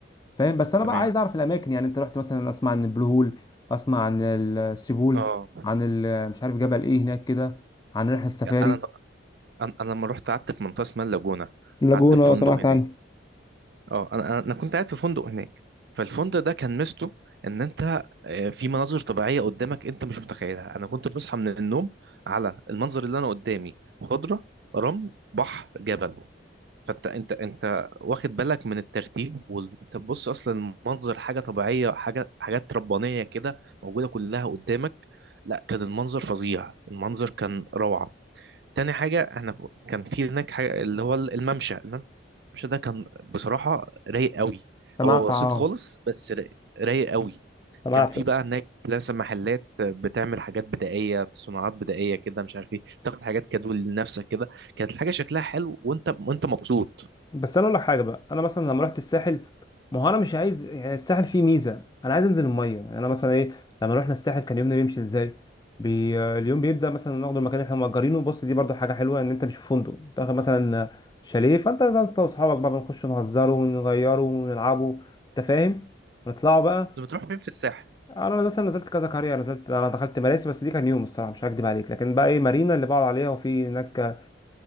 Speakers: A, on the left (about 20°); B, on the right (about 60°).
A: فاهم بس انا
B: تمام
A: بقى عايز اعرف الاماكن يعني انت رحت مثلا اسمع عن البلو هول اسمع عن الثري بولز
B: اه
A: عن ال- مش عارف جبل ايه هناك كده عن رحله السفاري
B: انا انا أنا لما رحت قعدت في منطقه اسمها اللاجونه
A: اللاجونه
B: قعدت في فندق
A: سمعت
B: هناك
A: عنها
B: اه انا انا أنا كنت قاعد في فندق هناك فالفندق ده كان ميزته ان انت آه، في مناظر طبيعيه قدامك انت مش متخيلها انا كنت بصحى من النوم على المنظر اللي انا قدامي خضره رمل بحر جبل فانت انت انت واخد بالك من الترتيب وانت بتبص اصلا المنظر حاجه طبيعيه حاجه حاجات ربانيه كده موجوده كلها قدامك لا كان المنظر فظيع المنظر كان روعه تاني حاجة احنا كان في هناك حاجة اللي هو الممشى الممشى ده كان بصراحة رايق قوي
A: سمعت
B: هو بسيط
A: اه
B: خالص بس رايق رايق قوي
A: سمعت
B: كان في بقى هناك لسه محلات بتعمل حاجات بدائية صناعات بدائية كده مش عارف ايه تاخد حاجات كادو لنفسك كده كانت الحاجة شكلها حلو وانت وانت مبسوط
A: بس انا اقول لك حاجه بقى انا مثلا لما رحت الساحل ما هو انا مش عايز يعني الساحل فيه ميزه انا عايز انزل الميه يعني انا مثلا ايه لما رحنا الساحل كان يومنا بيمشي ازاي بي... اليوم بيبدا مثلا ناخد المكان اللي احنا مأجرينه بص دي برضو حاجه حلوه ان انت مش في فندق تاخد مثلا شاليه فانت انت واصحابك بقى بنخش نهزره ونغيره ونلعبه انت فاهم نطلعوا بقى
B: انت بتروح فين في الساحل؟
A: انا مثلا نزلت كذا قريه نزلت انا دخلت مراسي بس دي كان يوم الصراحه مش هكدب عليك لكن بقى ايه مارينا اللي بقعد عليها وفي هناك